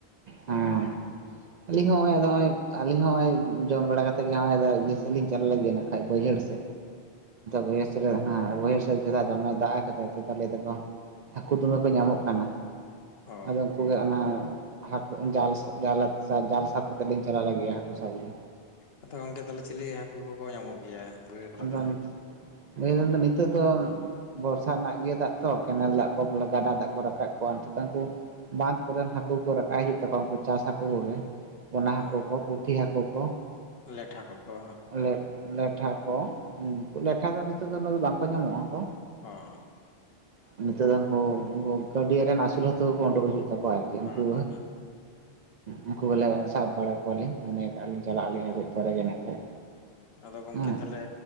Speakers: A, on the right; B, on the left.
A: ᱦᱮᱸ ᱟᱹᱞᱤᱧ ᱦᱚᱸ ᱦᱚᱸᱜᱼᱚᱭ ᱟᱫᱚ ᱦᱚᱸᱜᱼᱚᱭ ᱟᱹᱞᱤᱧ ᱦᱚᱸ ᱦᱚᱸᱜᱼᱚᱭ ᱡᱚᱢ ᱵᱟᱲᱟ ᱠᱟᱛᱮ ᱜᱮ ᱱᱚᱜᱚᱭ ᱤᱭᱟᱹ ᱥᱮᱫ ᱞᱤᱧ ᱪᱟᱞᱟᱜ ᱞᱟᱹᱜᱤᱫᱭᱟ ᱱᱟᱠᱷᱟᱡ ᱵᱟᱹᱭᱦᱟᱹᱲ ᱥᱮ᱾ ᱵᱟᱹᱭᱦᱟᱹᱲ ᱥᱮᱫ ᱫᱟᱲᱟᱱ ᱟᱻ ᱵᱟᱹᱭᱦᱟᱸᱲ ᱪᱮᱛᱟ ᱫᱚᱢᱮ ᱫᱟᱜ ᱠᱟᱫᱟᱭ ᱞᱟᱹᱭ ᱫᱟᱠᱚ ᱦᱟᱹᱠᱩ ᱫᱚᱢᱮ ᱠᱚ ᱧᱟᱢᱚᱜ ᱠᱟᱱᱟ᱾
B: ᱚ
A: ᱟᱫᱚ ᱩᱱᱠᱩ ᱜᱮ ᱚᱱᱟ᱾ ᱦᱟᱹᱠᱩ ᱡᱟᱞᱥ ᱡᱟᱞ ᱡᱟᱞ ᱥᱟᱵ ᱠᱟᱛᱮᱜ ᱞᱤᱧ ᱪᱟᱞᱟᱜ ᱞᱟᱹᱜᱤᱫᱼᱟ ᱦᱟᱹᱠᱩ ᱥᱟᱵ ᱜᱮ
B: ᱟᱫᱚ ᱜᱚᱝᱠᱮ ᱛᱟᱦᱚᱞᱮ ᱪᱮᱞᱮ ᱦᱟᱹᱠᱩ ᱠᱚᱠᱚ ᱧᱟᱢᱚᱜ ᱜᱮᱭᱟ ᱵᱟᱹᱭᱦᱟᱹᱲ ᱠᱚᱨᱮ
A: <unintelligible>
B: ᱫᱚ
A: ᱵᱟᱭ ᱨᱮᱱ ᱫᱚ ᱱᱤᱛᱚᱜ ᱫᱚ ᱵᱚᱨᱥᱟ ᱨᱮᱱᱟᱜ ᱤᱭᱟᱹ ᱫᱟᱜ ᱛᱚ ᱠᱮᱱᱮᱞ ᱫᱟᱜ ᱠᱚ ᱵᱚᱞᱮ ᱜᱟᱰᱟ ᱫᱟᱜ ᱠᱚ ᱨᱟᱠᱟᱵ ᱠᱚᱣᱟ ᱱᱤᱛᱚᱜ ᱫᱚ ᱩᱱᱠᱩ ᱵᱟᱸᱫᱷ ᱠᱚᱨᱮᱱ ᱦᱟᱹᱠᱩ ᱠᱚ ᱨᱟᱠᱟᱵ ᱦᱤᱡᱩᱜ ᱛᱟᱠᱚᱣᱟ ᱩᱱᱠᱩ ᱪᱟᱥ ᱦᱟᱹᱠᱩ ᱠᱚᱜᱮ ᱯᱚᱱᱟ ᱦᱟᱹᱠᱩ
B: ᱦᱳᱭ
A: ᱠᱚ ᱯᱩᱴᱷᱤ ᱦᱟᱹᱠᱩ ᱠᱚ
B: ᱞᱮᱴᱷᱟ ᱠᱚᱠᱚ
A: ᱞᱮᱴ ᱞᱮᱴᱷᱟ ᱠᱚ ᱞᱮᱴᱷᱟ ᱫᱚ ᱱᱤᱛᱚᱜ ᱫᱚ ᱵᱟᱝ ᱠᱚ ᱧᱟᱢᱚᱜ ᱟᱠᱚ
B: ᱦᱚᱸ
A: ᱱᱤᱛᱚᱜ ᱫᱚ <unintelligible> ᱩᱱᱠᱩ ᱜᱟᱹᱰᱤᱭᱟᱹ ᱨᱮᱱ ᱟᱹᱥᱩᱞ ᱦᱟᱹᱠᱩ ᱠᱚ ᱩᱰᱩᱜ ᱦᱤᱡᱩᱜ ᱛᱟᱠᱚᱣᱟ ᱟᱨᱠᱤ
B: ᱟᱪᱪᱷᱟ
A: ᱩᱱᱠᱩ
B: ᱟᱪᱪᱷᱟ
A: ᱩᱱᱠᱩ ᱜᱮᱞᱮ ᱥᱟᱵ ᱵᱟᱲᱟ ᱠᱚᱣᱟᱞᱤᱧ ᱢᱚᱱᱮ ᱠᱟᱜᱼᱟ ᱞᱤᱧ ᱪᱟᱞᱟᱜ ᱟᱹᱞᱤᱧ ᱟᱨ ᱯᱚᱨᱮ ᱜᱮ ᱱᱟᱜ ᱠᱷᱟᱡ
B: ᱟᱫᱚ ᱜᱚᱝᱠᱮ
A: ᱦᱮᱸ
B: ᱛᱟᱦᱚᱞᱮ